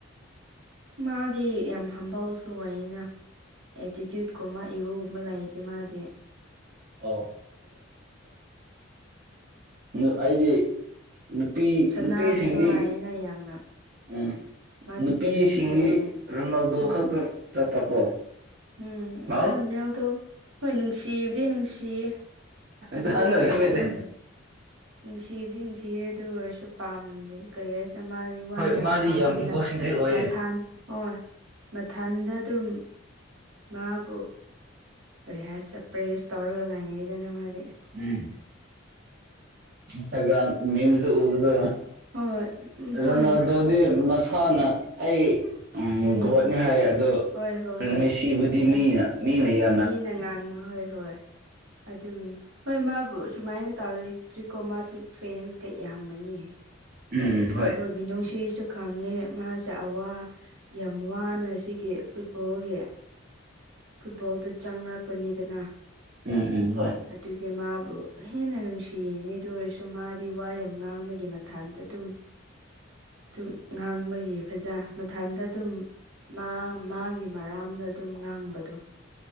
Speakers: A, on the right; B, on the right.
A: ꯃꯥꯗꯤ ꯌꯥꯝ ꯍꯥꯝꯕꯜ ꯁꯨꯑꫭꯏꯅ ꯑꯦꯇꯤꯇ꯭ꯌꯨꯠꯀꯨꯝꯕ ꯏꯒꫭꯒꯨꯝꯕ ꯂꯩꯇꯦ ꯃꯥꯗꯤ
B: ꯑꯣ ꯗꯨ ꯑꯩꯗꯤ ꯅꯨꯄꯤ
A: ꯁꯅꯥꯕꯨꯁꯨ
B: ꯅꯨꯄꯤꯁꯤꯡꯗꯤ
A: ꯍꯥꯏꯌꯦꯅ ꯌꯥꯝꯅ
B: ꯎꯝ
A: ꯃꯥꯗꯤ
B: ꯅꯨꯄꯤꯁꯤꯡꯒꯤ
A: ꯇꯦꯂꯦꯟꯇꯦꯠ ꯑꯣꯏꯌꯦ
B: ꯔꯣꯅꯥꯜꯗꯣ
A: ꯑꯣ
B: ꯈꯛꯇ ꯆꯠꯄꯀꯣ
A: ꯎꯝ ꯃꯈꯥꯏꯔꫭꯅꯦꯜꯗꫭ
B: ꯍꯥꯎ
A: ꯍꯣꯏ ꯅꯨꯡꯁꯤꯕꯗꯤ ꯅꯨꯡꯁꯤ ꯇꯤ ꯑꯗꯨ
B: ꯅꯍꯥꯟ
A: ꯑꯣꯏꯔꯁꯨ
B: ꯑꯣꯏꯔꯝꯃꯦꯗ
A: ꯅꯨꯡꯁꯤꯕꯁꯤꯡꯁꯤ ꯑꯗꯨ ꯑꯣꯏꯔꯁꯨ ꯄꯥꯝꯃꯦ ꯀꯔꯤ ꯍꯥꯏ ꯆꯃꯥꯅꯤ <unintelligible> <unintelligible> ꯋꯥ
B: ꯍꯣꯏ
A: ꯌꯥꯝ
B: ꯃꯥꯗꯤ
A: ꯉꯥꯡꯉꯤꯅ
B: ꯏꯒꯣꯁꯦꯟꯇ꯭ꯔꯤꯛ ꯑꯣꯏꯌꯦ
A: ꯃꯊꯥꯟ ꯍꯣꯏ ꯃꯊꯥꯟꯗ ꯑꯗꯨꯝ ꯃꯥꯕꯨ ꯀꯔꯤ ꯍꯥꯏꯁꯤꯔꯥ ꯄ꯭ꯔꯦꯁ ꯇꯧꯔꯒ ꯂꯩꯉꯦꯗꯅ ꯃꯥꯗꯤ
B: ꯎꯝ ꯏꯟꯁꯇꯒ꯭ꯔꯝ ꯃꯤꯝꯖꯗ ꯎꯕꯗꯨ
A: ꯍꯣꯏ ꯎꯝ ꯍꯣꯏ
B: ꯔꯣꯅꯥꯗꯣꯗꯤ ꯃꯁꯥꯅ ꯑꯩ ꯎꯝ
A: ꯑꯗꯨꯒꯤꯅꯤ
B: ꯒꯣꯠꯅꯦ ꯍꯥꯏ ꯑꯗꯣ
A: ꯍꯣꯏ ꯍꯣꯏ ꯍꯣꯏ
B: ꯃꯦꯁꯤꯕꯨꯗꯤ
A: ꯃꯁꯦ
B: ꯃꯤ ꯃꯤꯃꯌꯥꯝ
A: ꯃꯤꯅ ꯉꯥꯡꯉ ꯍꯣꯏ ꯍꯣꯏ ꯑꯗꯨꯅꯤ ꯍꯣꯏ ꯃꯥꯕꯨ ꯁꯨꯃꯥꯏꯅ ꯇꯧꯔꯗ꯭ꯔꯤꯀꯣ ꯃꯥꯁꯤꯦ ꯐꯦꯟꯁꯀ ꯌꯥꯝꯕꯅꯤ
B: ꯎꯝ ꯍꯣꯏ
A: ꯃꯤꯅꯨꯡꯁꯤꯁꯨ ꯈꯪꯉꯦ ꯃꯥꯁꯦ ꯑꯋꯥ ꯌꯥꯝ ꯋꯥꯅ ꯁꯤꯒꯤ ꯐꯨꯠꯕꯣꯜꯒꯤ ꯐꯨꯠꯕꯣꯜꯗ ꯆꯪꯔꯛꯄꯅꯤꯗꯅ
B: ꯎꯝ ꯎꯝ ꯍꯣꯏ
A: ꯑꯗꯨꯒꯤ ꯃꯥꯕꯨ ꯍꯦꯟꯅ ꯅꯨꯡꯁꯤꯌꯦꯅꯦ ꯑꯗꯨ ꯑꯣꯏꯔꯁꯨ ꯃꯥꯗꯤ ꯋꯥ ꯌꯥꯝ ꯉꯥꯡꯕꯒꯤ ꯃꯇꯊꯥꯟꯗ ꯑꯗꯨꯝ ꯁꯨꯝ ꯉꯥꯡꯕꯒꯤ ꯐꯖ ꯃꯊꯟꯗ ꯑꯗꯨꯝ ꯃꯥ ꯃꯥꯒꯤ ꯃꯔꯥꯝꯗ ꯑꯗꯨꯝ ꯉꯥꯡꯕꯗꯣ